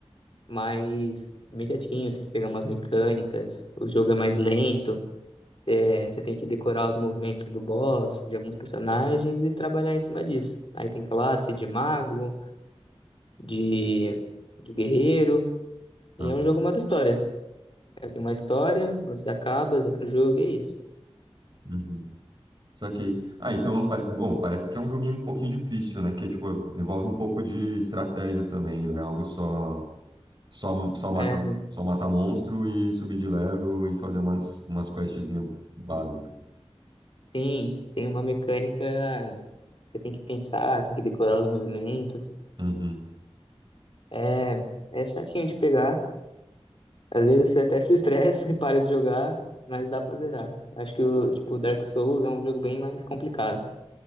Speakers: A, on the left (about 55°); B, on the right (about 45°).
A: mas é bem chatinho, tem que pegar umas mecânicas, o jogo é mais lento, você, você tem que decorar os movimentos do boss, de alguns personagens e trabalhar em cima disso. Aí tem classe de mago, de, de guerreiro,
B: Ah,
A: e é um jogo modo história. É, Tem uma história, você acaba, zera o jogo e é isso.
B: uhum. Saquei. Ah, então, pare- bom, parece que é um joguinho um pouquinho difícil, né? Que, tipo, envolve um pouco de estratégia também, não é algo só, só, só matar,
A: É,
B: só matar monstro e subir de level e fazer umas, umas questzinhas básicas.
A: Sim, tem uma mecânica que você tem que pensar, tem que decorar os movimentos.
B: Uhum.
A: É, é chatinho de pegar. Às vezes você até se estressa <laughs> e para de jogar, mas dá pra zerar. Acho que o tipo Dark Souls é um jogo bem mais complicado.